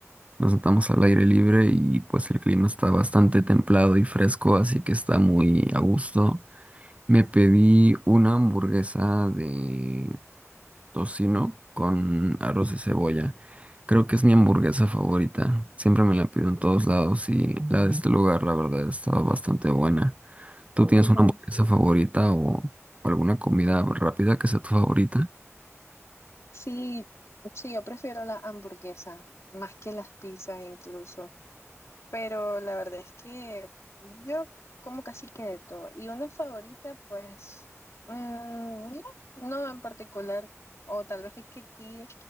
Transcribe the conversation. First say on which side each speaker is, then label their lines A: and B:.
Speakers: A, on the right (about 25°); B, on the left (about 65°).
A: nos sentamos al aire libre y pues el clima está bastante templado y fresco, así que está muy a gusto. Me pedí una hamburguesa de tocino con arroz de cebolla. Creo que es mi hamburguesa favorita. Siempre me la pido en todos lados y la de este lugar, la verdad, estaba bastante buena. ¿Tú tienes
B: Ujú.
A: una hamburguesa favorita o alguna comida rápida que sea tu favorita?
B: Sí, sí, yo prefiero la hamburguesa, más que las pizzas incluso. Pero la verdad es que yo como casi que de todo. Y una favorita, pues, mm, no, no en particular. O tal vez es que aquí